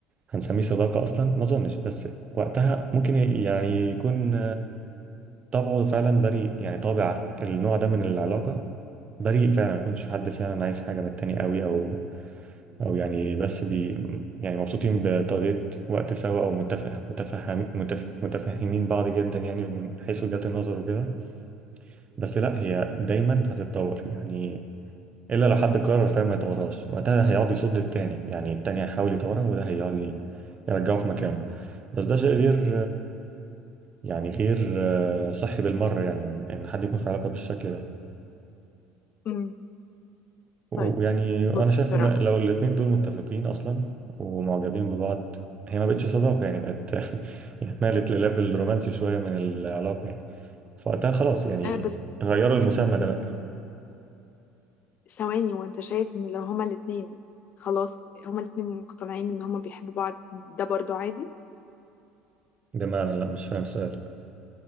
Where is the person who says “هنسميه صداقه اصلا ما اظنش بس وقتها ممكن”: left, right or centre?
Right